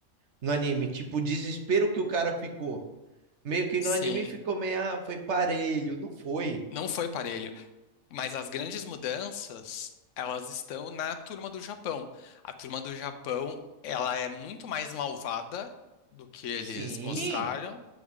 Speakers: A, on the right (about 60°); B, on the left (about 65°).
A: no anime, tipo, o desespero que o cara ficou. Meio que
B: sim.
A: no anime ficou meio, ah, foi parelho. Não foi.
B: Não foi parelho. Mas as grandes mudanças, elas estão na turma do Japão. A turma do Japão, ela é muito mais malvada do que eles
A: Sim,
B: mostraram.